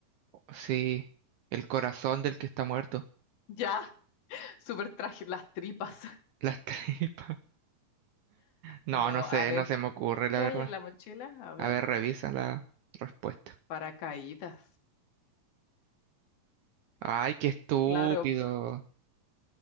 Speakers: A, on the right (about 75°); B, on the left (about 80°).
A: sí. El corazón del que está muerto.
B: Ya, <laughs> súper traje las tripas. <laughs>
A: Las <laughs> tripas. No,
B: No,
A: no sé,
B: a ver,
A: no se me ocurre, la
B: ¿qué
A: verdad.
B: hay en la mochila? A ver,
A: A ver, revisa la respuesta.
B: paracaídas.
A: Ay, qué estúpido.
B: Claro,